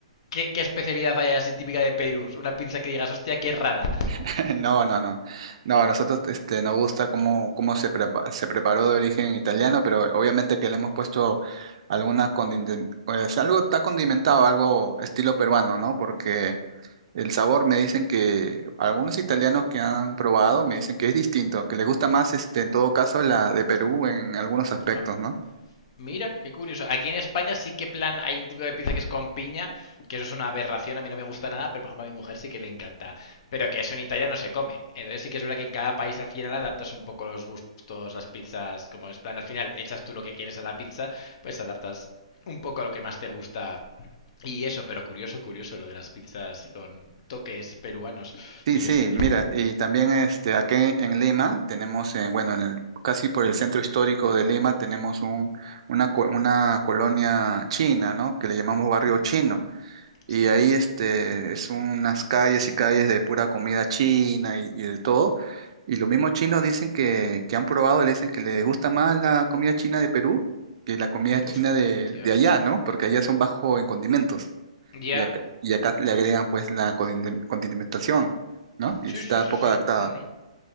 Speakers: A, on the left; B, on the right.
A: qué- qué especialidad hay así típica de Perú? Una pizza que digas, hostia, qué rara.
B: <laughs> No, no, no. No, a nosotros este, nos gusta cómo, cómo se, prepa- se preparó de origen italiano, pero obviamente que le hemos puesto alguna condimentación, pues algo está condimentado, algo estilo peruano, ¿no? Porque el sabor me dicen que algunos italianos que han probado me dicen que es distinto, que les gusta más este, en todo caso la de Perú en algunos aspectos,
A: Ah,
B: ¿no?
A: Mira, qué curioso. Aquí en España sí que plan hay un tipo de pizza que es con piña, que eso es una aberración, a mí no me gusta nada, pero por ejemplo a mi mujer sí que le encanta. Pero que eso en Italia no se come. Entonces sí que es verdad que en cada país al final adaptas un poco los gustos, las pizzas, como es plan al final echas tú lo que quieres a la pizza, pues adaptas un poco a lo que más te gusta. Y eso, pero curioso, curioso lo de las pizzas con toques peruanos.
B: Sí,
A: Sí
B: sí,
A: que está bien.
B: mira, y también este, aquí en Lima tenemos, eh, bueno, en el, casi por el centro histórico de Lima tenemos un, una, co- una colonia china, ¿no? Que le llamamos barrio
A: Ah,
B: chino. Y
A: sí.
B: ahí este, es unas calles y calles de pura comida china y, y de todo. Y los mismos chinos dicen que, que han probado, le dicen que les gusta más la comida china de Perú que la comida china
A: Hostias.
B: de, de allá, ¿no? Porque allá son bajo en condimentos.
A: Ya.
B: Y acá, y acá le agregan pues la condime- condimentación, ¿no? Y
A: Sí,
B: está
A: sí, sí,
B: un poco
A: sí.
B: adaptada.
A: No, no.